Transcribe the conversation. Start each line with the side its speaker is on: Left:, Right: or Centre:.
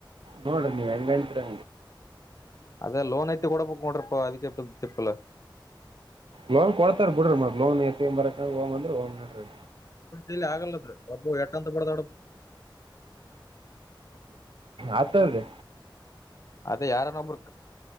Right: ನೋಡ ನೀವು ಹೆಂಗತರ
Left: ಅದೇ ಲೋನ್ ಐತಿ ಕೂಡ ಪಕ್ ಮಡ್ರಪ್ಪ ಅದಕ್ಕೆ ಕೆ ಚಪ್ಪಲ್ಲ
Right: ಲೋನ್ ಕೊಡ್ತಾರ ಬಿಡ್ರಿ ಮತ್ ಲೋನ್ ಎತ್ತ ಬರಕ ಹೋಗ್ ಅಂದ್ರಿ ಹ್ ನ್ರಿ
Left: ಇಲ್ಲಿ ಆಗಲ್ಲದ ಒಬ್ಬು ಎಟ್ಟಂತ ಬಡ್ದೊಡ
Right: ಆತದ್ರೀ
Left: ಅದ ಯಾರನ್ನ ಒಬ್ರು